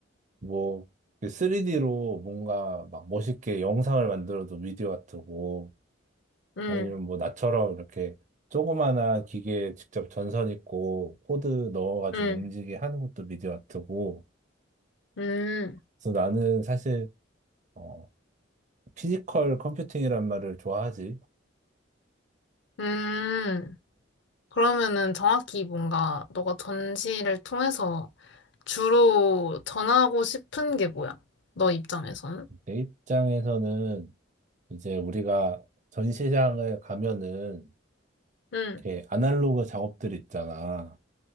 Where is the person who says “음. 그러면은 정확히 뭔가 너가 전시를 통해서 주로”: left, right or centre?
Left